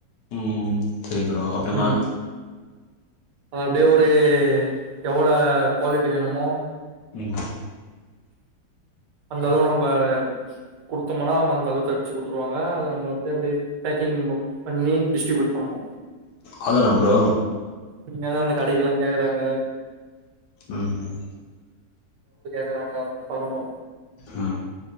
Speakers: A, on the left; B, on the right.
A: உம் சேரி ப்ரோ அப்புறமா
B: ம் அப்டியே ஒரு எவல குவாலிட்டி வேணுமோ
A: உம்
B: அந்த அளவு நம்ப குடுத்தோம்னா அவங்க அந்த அளவுக்கு அடிச்சு குடுத்துருவாங்க அத நம்ம வந்து அப்டியே பேக்கிங் பண்ணி டிஸ்ட்ரிபியூட் பண்ணு
A: அவ்ளோதானா ப்ரோ
B: இந்த மாறித்தா அந்த கடைக்கெல்லா கேக்குறாங்க
A: ம்
B: க்குறாங்க பகனு
A: ம்